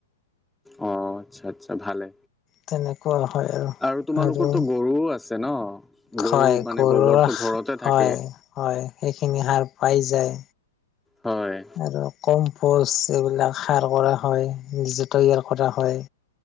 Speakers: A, in the centre; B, on the left (about 25°).
A: অ আচ্ছা আচ্ছা ভালে
B: তেনেকুৱা হয়
A: আৰু তোমালোকোৰ
B: আৰু
A: তো গৰুও আছে ন গৰুৰ
B: হয়
A: মানে
B: গৰুৰ
A: গোবৰটো ঘৰতে থাকে
B: হয় হয় সেইখিনি সাৰ পাই যায়
A: হয়
B: আৰু কম্পোষ্ট এইবিলাক সাৰ কৰা হয় নিজে তৈয়াৰ কৰা হয়